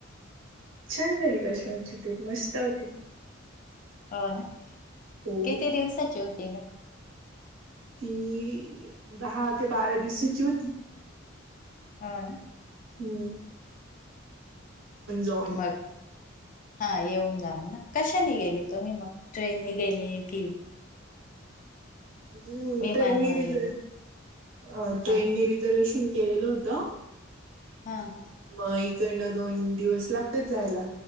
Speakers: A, on the right (about 85°); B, on the left (about 40°).
A: छान झाली काश्मीरची टली मस्त होती.
B: हो ना
A: हो
B: किती दिवसाची होती ग.
A: ती दहा ते बारा दिवसाची होती.
B: हा ना.
A: हम्. <inaudible>
B: मग
A: <inaudible>
B: हा येऊन जाऊन ना कशानी गेली तुम्ही मग ट्रेन नि गेली की
A: ह
B: विमान
A: ट्रे मीरच
B: वगैरे
A: अ ट्रेननी
B: हा
A: रिझर्वेशन केलेलं होतं.
B: हा हा.
A: मग इकडनं दोन दिवस लागतच जायला